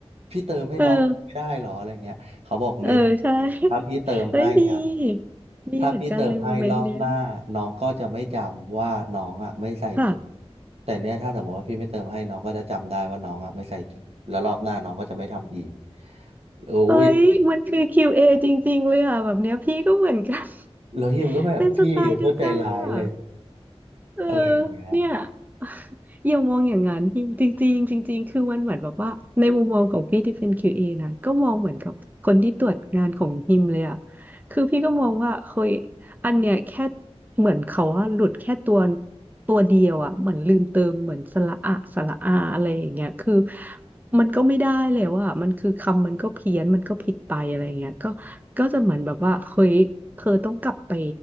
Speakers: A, on the right; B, on the right.
A: พี่เติมให้น้องไม่ได้เหรออะไรเงี้ย
B: เออ
A: เขาบอกไม่ได้
B: เออใช่
A: ถ้าพี่เติมให้อ่ะ
B: เฮ้ยมีมีเหมือนกันเลยโมเมนต์เนี้ย
A: ถ้าพี่เติมให้รอบหน้าน้องก็จะไม่จำว่าน้องอ่ะไม่ใส่จุด
B: ค่ะ
A: แต่เนี้ยถ้าสมมติว่าพี่ไม่เติมให้น้องก็จะจำได้ว่าน้องอ่ะไม่ใส่จุดแล้วรอบหน้าน้องก็จะไม่ทำอีกโอ้ย
B: เฮ้ยมันคือ q อจริงๆเลยอ่ะแบบเนี้ยพี่ก็เหมือนกัน <laughs>
A: แล้วฮิมก็แบบพี่โคตรใจร้ายเลย
B: เป็นสไตล์เดียวกันเลยอ่ะ เออ
A: อะไรอย่างเงี้ย
B: เนี่ย <laughs> อย่ามองอย่างนั้นจริงจริงจริงจริงๆคือมันเหมือนแบบว่าในมุมมองของพี่ที่เป็น QA นะก็มองเหมือนกับคนที่ตรวจงานของฮิมเลยอะคือพี่ก็มองว่าเฮ้ยอันเนี้ยแค่เหมือนเขาว่าหลุดแค่ตัวตัวเดียวอะเหมือนลืมเติมเหมือนสระอะสระอาอะไรอย่างเงี้ยคือมันก็ไม่ได้แล้วอะมันคือคำมันก็เพี้ยนมันก็ผิดไปอะไรอย่างเงี้ยก็ก็จะเหมือนแบบว่าเฮ้ยเธอต้องกลับไป